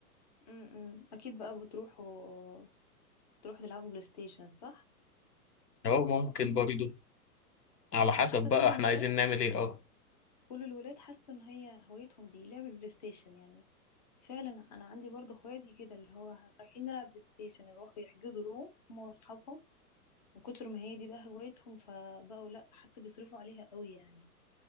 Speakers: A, on the left; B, on the left.
A: امم اكيد بقى بتروحوا تروحوا تلعبوا بلاي ستيشن صح
B: أو ممكن برضو على حسب
A: انا حاسه
B: بقى
A: كل
B: احنا
A: الولاد
B: عايزين نعمل ايه اه
A: كل الولاد حاسه ان هي هوايتهم دي لعب البلاي ستيشن يعني فعلا انا عندي برضه اخواتي كده اللي هو رايحين نلعب بلاي ستيشن يروحوا يحجزوا روم هم واصحابهم من كتر ما هي دي بقى هوايتهم فبقوا لا حتى بيصرفوا عليها قوي يعني